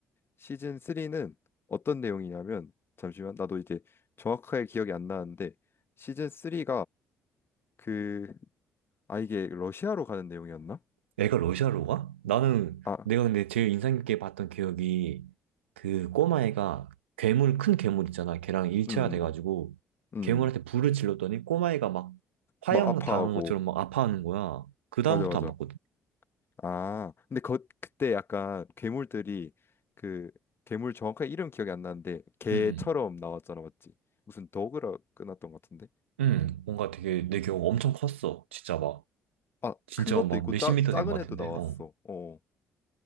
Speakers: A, on the left; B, on the right.
A: 시즌 3는 어떤 내용이냐면 잠시만. 나도 이제 정확하게 기억이 안 나는데 시즌 3가 그 아 이게 러시아로 가는 내용이었나?
B: 애가 러시아로 가? 나는
A: 아.
B: 내가 근데 제일 인상 깊게 봤던 기억이 그 꼬마애가 괴물 큰 괴물 있잖아. 걔랑 일체화
A: 음.
B: 돼가지고
A: 음.
B: 괴물한테
A: 음.
B: 불을 질렀더니 꼬마애가 막 화형
A: 막 아파하고
B: 당한 것처럼 막 아파하는 거야. 그 다음부터
A: 맞아 맞아.
B: 안 봤거든.
A: 아, 근데 거, 그때 약간 괴물들이 그 괴물 정확한 이름 기억이 안 나는데 개처럼
B: 응,
A: 나왔잖아, 맞지? 무슨 더그라 끝났던 것 같은데?
B: 응. 응, 뭔가 되게 내 기억 엄청 컸어. 진짜 막
A: 아,
B: 진짜
A: 큰 것도
B: 막
A: 있고
B: 몇십
A: 작,
B: 미터
A: 작은
B: 된 것
A: 애도
B: 같은데.
A: 나왔어.
B: 어.
A: 어.